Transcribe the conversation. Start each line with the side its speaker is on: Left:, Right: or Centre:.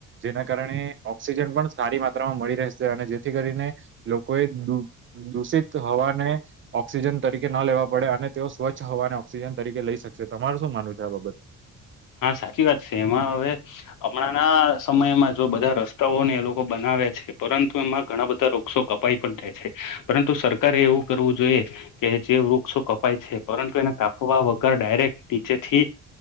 Right: જેના કારણે ઓક્સિજન પણ સારી માત્રામાં મળી રહેશે અને જેથી કરીને લોકોએ દૂષિત હવાને ઓક્સિજન તરીકે ન લેવા પડે અને તેઓ સ્વચ્છ હવાને ઓક્સિજન તરીકે લઈ શકશે તમાર શું માનવું છે આ બાબત
Left: હા સાચી વાત છે એમાં હવે હમણા ના સમયમાં જો બધા રસ્તાઓને એ લોકો બનાવે છે પરંતુ એમાં ઘણા બધા રૃક્ષો કપાઈ પણ થે છે પરંતુ સરકારે એવું કરવું જોઈએ કે જે વૃક્ષો કપાય છે પરંતુ એને કાપવા વગર ડાયરેક્ટ નીચે થી